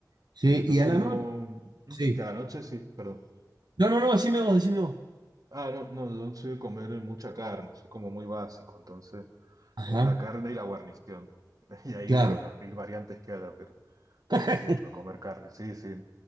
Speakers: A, on the right; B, on the right.
A: Sí,
B: Eh, yo
A: y
B: como...
A: a la noche,
B: mm,
A: sí.
B: Y a la noche sí, perdón.
A: No, no, no, decime vos, decime vos.
B: Ah, no, no, yo no soy de comer mucha carne, soy como muy básico, entonces
A: Ajá,
B: es la carne y la guarnición. <laughs> Y ahí,
A: claro,
B: bueno, las mil variantes que haya, pero
A: <laughs>
B: Soy mucho de comer carne. Sí, sí.